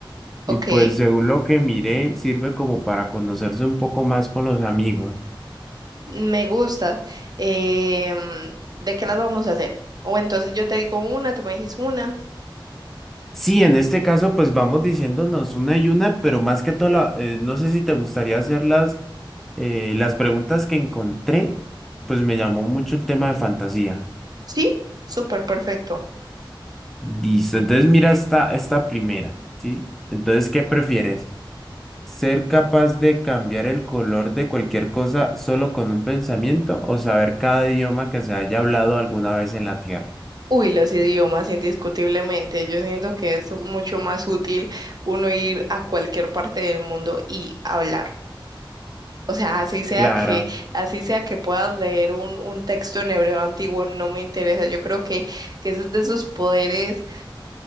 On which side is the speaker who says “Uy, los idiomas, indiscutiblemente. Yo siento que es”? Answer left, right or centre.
Right